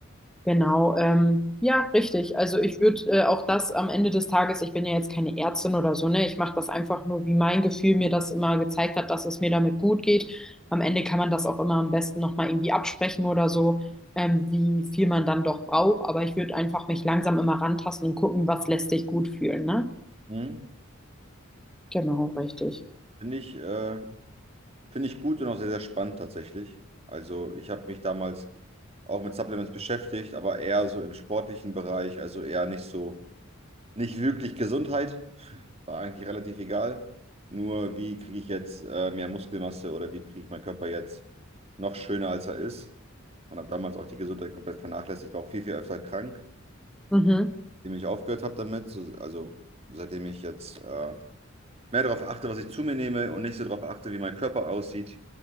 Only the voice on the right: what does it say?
Mhm.
Finde ich äh, Finde ich gut und auch sehr, sehr spannend tatsächlich. Also ich habe mich damals auch mit Supplements beschäftigt, aber eher so im sportlichen Bereich, also eher nicht so, nicht wirklich Gesundheit, war eigentlich relativ egal. Nur wie kriege ich jetzt äh, mehr Muskelmasse oder wie kriege ich meinen Körper jetzt noch schöner, als er ist. Und habe damals auch die Gesundheit komplett vernachlässigt, war auch viel, viel öfter krank,
indem ich aufgehört habe damit. So, also seitdem ich jetzt äh, mehr darauf achte, was ich zu mir nehme und nicht so darauf achte, wie mein Körper aussieht,